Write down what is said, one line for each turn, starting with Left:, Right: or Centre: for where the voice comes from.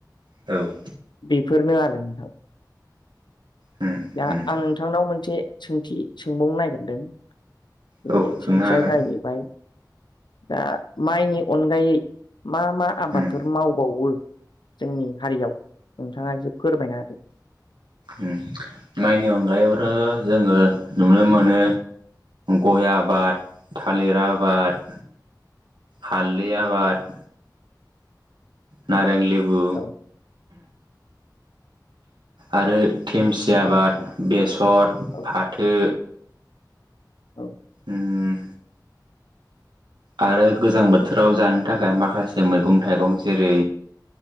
Right: औ।
Left: बेफोरनो आरो नोंथां।
Right: उम उम
Left: दा आं नोंथांनाव मोनसे सोंथि सोंबावनो नागिरदों। बे
Right: ओ उम औ उम औ सोंनो
Left: सोंथिया
Right: हागोन
Left: जायो बाय दा माइनि अनगायै मा-मा आबादफोर
Right: उम
Left: मावबावो जोंनि हारियाव नोंथाङा एसे फोरमायना होदो।
Right: ओम माइनि अनगायैबोरो जोङो नुनो मोनो। गय' आबाद, थालिर आबाद, हालदै आबाद नारें लिबु
Left: औ
Right: आरो थेमसि आबाद बेसर,
Left: औ
Right: फाथो,
Left: औ
Right: उम आरो गोजां बोथोराव जानो थाखाय माखासे मैगं थाइगं जेरै